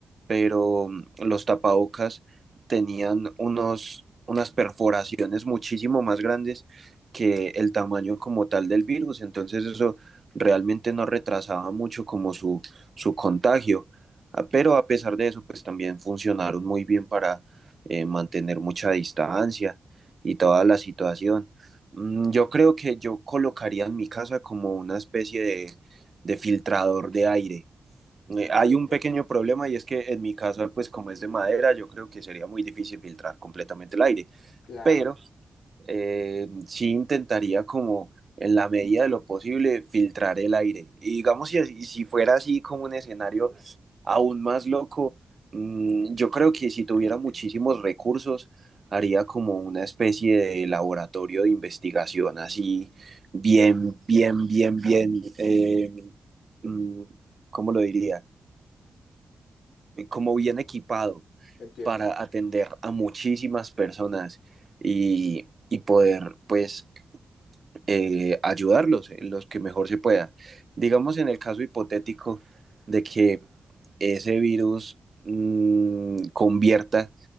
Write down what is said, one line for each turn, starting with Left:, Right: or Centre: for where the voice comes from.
Right: Pero mm, los tapabocas tenían unos, unas perforaciones muchísimo más grandes que el tamaño como tal del virus, entonces eso realmente no retrasaba mucho como su, su contagio. Ah, Pero a pesar de eso, pues también funcionaron muy bien para eh, mantener mucha distancia y toda la situación. Mm, Yo creo que yo colocaría en mi casa como una especie de de filtrador de aire. Eh,
Left: Entiendo,
Right: hay un pequeño problema y es que en mi caso, pues como es de madera, yo creo que sería muy difícil filtrar completamente el aire,
Left: claro,
Right: pero eh, sí intentaría como en la medida de lo posible filtrar el aire. Y digamos, si, así- si fuera así como un escenario aún más loco, mm, yo creo que si tuviera muchísimos recursos, haría como una especie de laboratorio de investigación, así bien, bien, bien, bien, eh, mm, ¿cómo lo diría? Como bien equipado
Left: entiendo.
Right: para atender a muchísimas personas y, y poder, pues, eh, ayudarlos en los que mejor se pueda. Digamos en el caso hipotético de que ese virus mmm, convierta